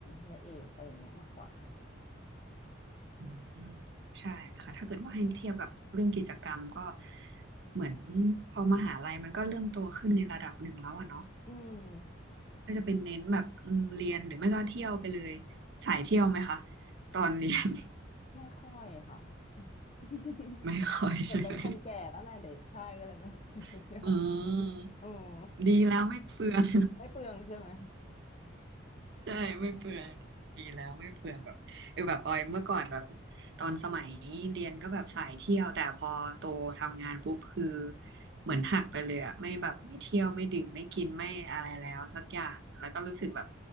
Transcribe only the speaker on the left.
ในเอกอะไรเงี้ยมากกว่า
ใช่
อืม
ไม่ค่อยค่ะ <laughs> อืม <laughs>
เหมือนเป็นคนแก่แล้วนะเด็กใช่ก็เลยไม่ค่อยได้เที่ยว
อืม
ไม่เปลืองใช่ไหม